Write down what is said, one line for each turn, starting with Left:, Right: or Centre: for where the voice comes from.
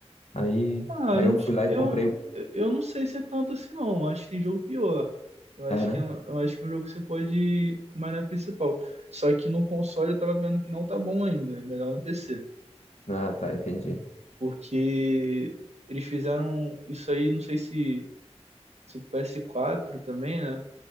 Left: aí,
Right: Ah,
Left: aí
Right: não
Left: eu
Right: s-
Left: fui lá
Right: eu,
Left: e comprei o...
Right: eu não sei se é tanto assim, não. Acho que tem jogo pior. Eu acho
Left: É, né?
Right: que é um, eu acho que é um jogo que você pode ir mais na principal. Só que no console eu tava vendo que não tá bom ainda. É melhor no PC.
Left: Ah, tá, entendi.
Right: Porque eles fizeram isso aí, não sei se, se o ps quatro também, né?